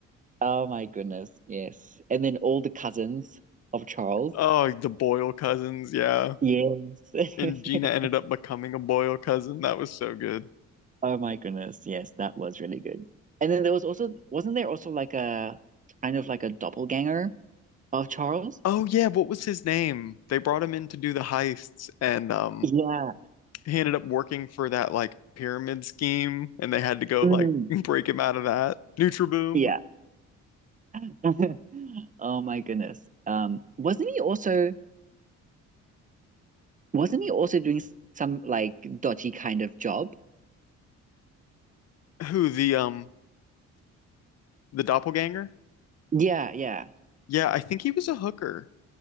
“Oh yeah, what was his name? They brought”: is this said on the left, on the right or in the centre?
Left